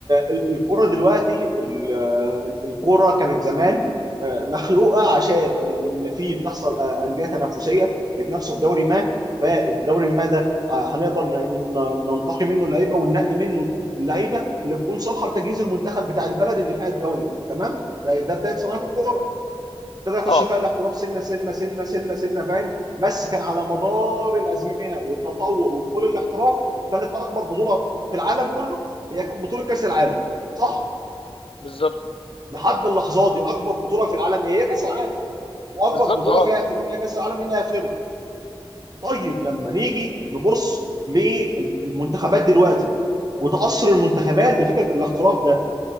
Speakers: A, on the right; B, on the left.
A: ال- الكره دلوقتي ال- آه، الكره كانت زمان آه، مخلوقه عشان ال- ان في بتحصل آه، انديه تنافسيه بيتنافسوا في دوري ما فالدوري ما ده ه- هنقدر ن- ن- ننتقي منه اللعيبه وننقي منه اللعيبه اللي تكون صالحه لتجهيز المنتخب بتاع البلد اللي فيها الدوري ده تمام ده ده بدايه صناعه الكوره ابتدى يخش
B: اه
A: فيها الاحتراف سنه سنه سنه سنه سنه فاهم بس كان على مدار الازمنه والتطور ودخول الاحتراف كانت اكبر بطوله في العالم كله هي بطوله كاس العالم صح
B: بالظبط
A: لحد اللحظه دي اكبر بطوله في العالم هي كاس العالم واكبر
B: بالظبط
A: بطوله
B: اه
A: فيها اهتمام هي كاس العالم الى اخره طيب لما نيجي نبص للمنتخبات دلوقتي وتاثر المنتخبات بفكره الاحتراف ده